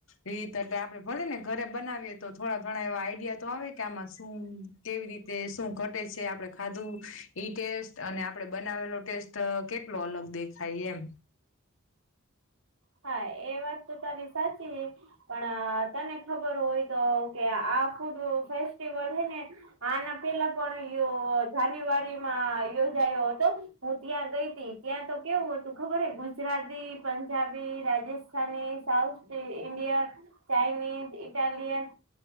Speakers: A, on the left; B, on the right.
A: રીત એટલે આપડે ભલે ને ઘરે બનાવીએ તો થોડા ઘણા એવા આઈડિયા તો આવે કે આમાં શું કેવી રીતે શું ઘટે છે આપડે ખાધું ઈ ટેસ્ટ અને આપડે બનાવેલો ટેસ્ટ કેટલો અલગ દેખાય એમ
B: હા એ વાત તો તારી સાચી છે. પણ તને ખબર હોય તો કે આ ફૂડ ફેસ્ટિવલ હ ને આના પેલા પણ જાન્યુઆરી માં યોજાયો હતો હું ત્યાં ગઈ હતી ત્યાં તો કેવું તું ખબર હે Gujarati Punjab Rajasthani, south India, Chinese, Italian